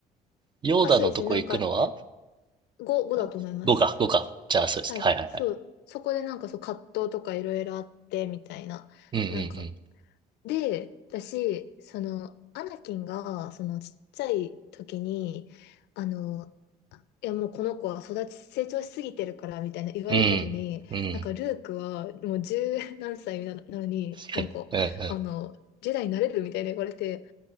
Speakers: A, on the right (about 30°); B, on the left (about 80°).
A: ヨーダのとこ行くのは
B: あ、そうですね、なんか5、5だと思います。
A: ?5 か、5か。じゃあ、そうですね。
B: はい、
A: はいはいはい。
B: そう、そこでなんかそう葛藤とかいろいろあってみたいな。
A: うん
B: なんか、で、私、その、アナキンがそのちっちゃい時に、あの、いやもうこの子は育ち、成長しすぎてるからみたいな言われたのに、
A: うんうん。うん。うん。
B: なんかルークはもう十何歳なのなのに、
A: はい。
B: なんか、
A: うん
B: あの、ジェダイになれるみたいな言われて、